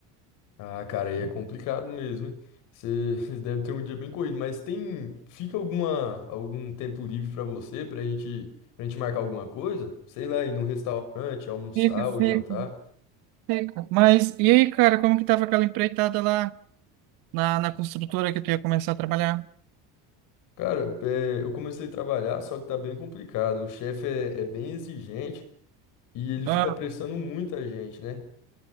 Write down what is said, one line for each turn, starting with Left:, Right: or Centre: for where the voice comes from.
Left: Ah, cara, aí é complicado mesmo, hein? Você <laughs> deve ter um dia bem corrido, mas tem, fica alguma algum tempo livre pra você, pra gente, pra gente marcar alguma coisa? Sei lá, ir num restaurante, almoçar
Right: Fica,
Left: ou
Right: fica,
Left: jantar.
Right: fica. Mas e aí, cara, como que tava aquela empreitada lá na, na construtora que tu ia começar a trabalhar?
Left: Cara, é, eu comecei a trabalhar, só que tá bem complicado. O chefe é, é bem exigente e ele
Right: Ah,
Left: fica apressando muita gente, né?